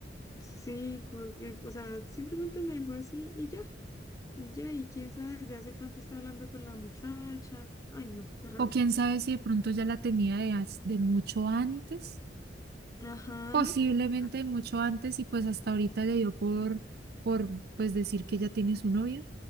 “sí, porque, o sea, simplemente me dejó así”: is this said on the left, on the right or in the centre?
Left